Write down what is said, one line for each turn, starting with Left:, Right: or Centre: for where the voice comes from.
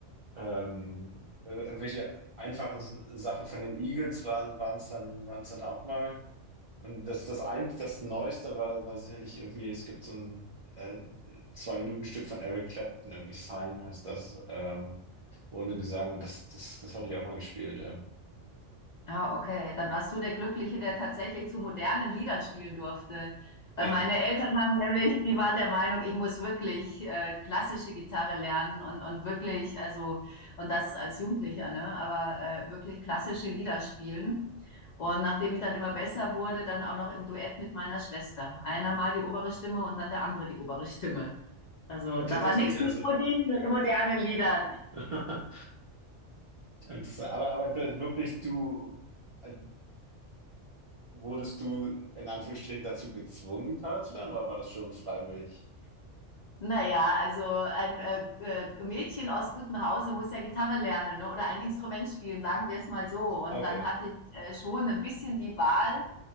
Right: Ähm, äh, irgendwelche einfachen S- Sachen von den Eagles waren, waren es dann, waren es dann auch mal. Und das, das ein, das Neueste war, war sicherlich irgendwie, es gibt so ein äh, Zwei-Minuten-Stück von Eric Clapton, irgendwie Sign heißt das, ähm, ohne Gesang. Und das, das, das hatte ich auch mal gespielt. Ähm.
Left: Ah, okay. Dann warst du der Glückliche, der tatsächlich zu modernen Liedern spielen durfte.
Right: Ja,
Left: Weil meine Eltern haben nämlich, die waren der Meinung, ich muss wirklich äh, klassische Gitarre lernen und, und wirklich, also, und das als Jugendlicher, ne? Aber äh, wirklich klassische Lieder spielen. Und nachdem ich dann immer besser wurde, dann auch noch im Duett mit meiner Schwester. Einer mal die obere Stimme und dann der andere die obere Stimme. Also
Right: <laughs>
Left: da
Right: tatsächlich,
Left: war nichts
Right: also.
Left: mit modernen, modernen Liedern.
Right: <laughs> Interessant. Aber, aber das wirklich, du, äh, wurdest du in Anführungsstrichen dazu gezwungen, Gitarre zu lernen, oder war das schon freiwillig?
Left: Naja, also ein äh, äh, Mädchen aus gutem Hause muss ja Gitarre lernen, ne? Oder ein Instrument spielen, sagen wir es mal so. Und
Right: Okay,
Left: dann hatte ich äh, schon ein bisschen die Wahl